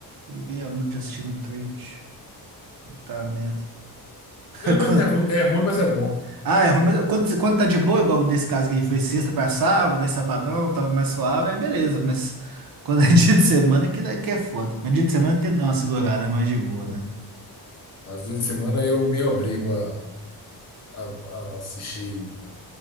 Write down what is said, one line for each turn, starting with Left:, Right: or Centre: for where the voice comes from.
Right: Liguei a noite assistindo o trem, bicho. Puta merda.
Left: É,
Right: <laughs>
Left: mas
Right: Quando-
Left: é ruim, é ruim, mas é bom.
Right: Ah, é ruim, mas quando, quando tá de boa, igual desse caso que aí foi sexta pra sábado, aí sabadão, tava mais suave, aí beleza. Mas quando é <laughs> dia de semana, é que daqui é foda. Mas dia de semana tem que dar uma segurada, é mais de boa, né?
Left: Às vezes de semana eu me obrigo a, a, a assistir